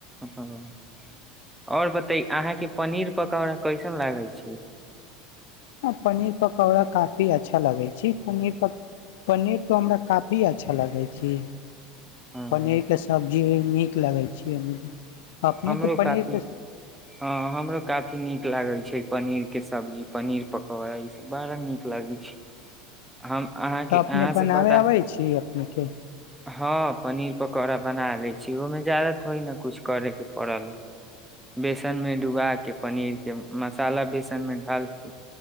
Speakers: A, in the centre; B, on the left (about 80°).
A: ह आओर बयाइये अहाँ के पनीर पकौड़ा कैसन लागे छै
B: आ पनीर पकौड़ा काफी अच्छा लगै छै। पनीर पक पनीर तऽ हमरा काफी अच्छा लगै छै।
A: हँ,
B: पनीर के सब्जी जे नीक लागै छै। अपने
A: हमरो
B: के पानीर
A: काफी हँ हमरो काफी नीक लागै छै। पनीर के सब्जी पनीर पकौड़ा ई सभ बड़ा नीक लगै छै। हम अहाँके
B: तऽ
A: अहाँ
B: अपने
A: से
B: बनाबे
A: बता
B: आबै छी अपनेके
A: हँ, पनीर पकौड़ा बना ले छी। ओहिमें ज्यादा थोड़ी ने कुछ करे के पढ़त बेसन मे डुबा के पनीर के मसाला बेसन मे डालके